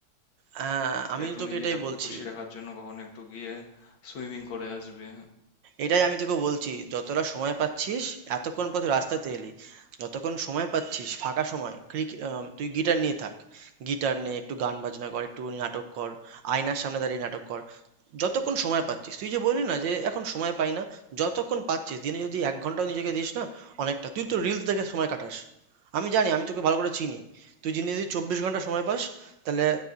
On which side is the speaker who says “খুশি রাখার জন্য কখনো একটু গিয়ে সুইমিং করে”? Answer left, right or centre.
Left